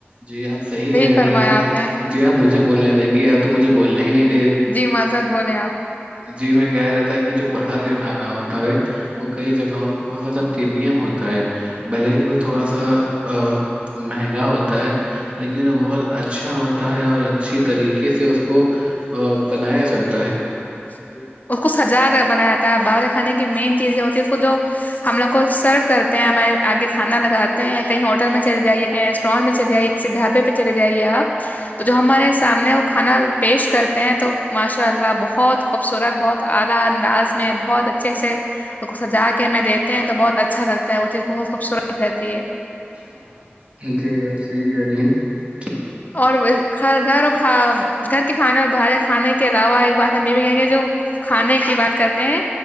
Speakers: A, on the right; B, on the left.
A: جی آپ صحیح کہہ
B: فرمایا
A: رہی ہیں
B: آپ نے
A: جی آپ مجھ <unintelligible> بولنے دیں گی آ تو مجھ بولنا ہی نہیں <unintelligible>
B: جی مذہ <unintelligible> بولے آپ <unintelligible>
A: جی میں کہہ رہا تھا کہ جو باہر کا <unintelligible> کھانا ہوتا ہے وہ کئی جگہوں پہ بہت زیادہ <unintelligible> پریمیم ہوتا ہے <unintelligible> بلے ہی وہ تھوڑا سا <unintelligible> ہ <unintelligible> مہنگا ہوتا ہے لیکن وہ بہت اچھا ہوتا ہے اور اچھی طریقے سے اس کو <unintelligible> ہ <unintelligible> بنایا سات
B: اس
A: <unintelligible>
B: کو سجا کر بنایا تھا باہر کھانے کی مین چزیں ہوتی ہے جو ہم لوگ کو سرو کرتے ہیں ہمارے آگے کھانا لگاتے ہیں کہیں ہوٹل میں چل جائیے کہیں ریٹورینٹ میں چل جے کسی ڈھابے پ چ چلے جائیے آپ تو جو ہمارے سامنے وہ کھانا پیش کرتے ہیں تو ماشاءاللہ بہت خوبصورت بہت اعلی انداز میں بہت اچھے سے سجا کے میں دیتے ہیں تو بہت اچھا لگتا ہے وہ چیز بہت خوبصورت رہتی ہے
A: <unintelligible>
B: اور گھر اور کا گھر کے کھانے اور باہر کھانے کے علاوہ ایک بات ہم یہ بھی کہیں گے جو کھانے کی بات کرتے ہیں